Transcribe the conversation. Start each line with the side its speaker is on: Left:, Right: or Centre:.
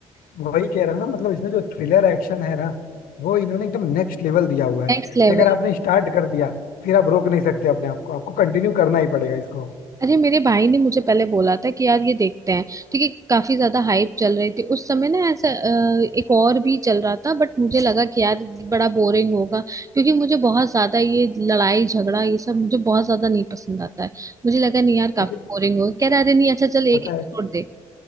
Left: वही कह रहा हूँ ना मतलब इसमें जो थ्रिलर एक्शन है ना वो इन्होंने एकदम नेक्स्ट लेवल दिया हुआ है
Right: Next level
Left: कि अगर आपने स्टार्ट कर दिया फिर आप रोक नहीं सकते अपने आप को आपको कंटिन्यू करना ही पड़ेगा इसको
Right: अरे मेरे भाई ने मुझे पहले बोला था कि यार ये देखते हैं ठीक है काफी ज्यादा हाइप चल रही थी उस समय ना ऐसा अ, एक और भी चल रहा था बट मुझे लगा कि यार बड़ा बोरिंग होगा क्योंकि मुझे बहुत ज्यादा ये लड़ाई झगड़ा ये सब मुझे बहुत ज्यादा नहीं पसंद आता है मुझे लगा नहीं यार
Left: लेकिन
Right: काफी बोरिंग होगा कह रहा अरे नहीं अच्छा चल एक
Left: पता
Right: एपिसोड
Left: है
Right: देख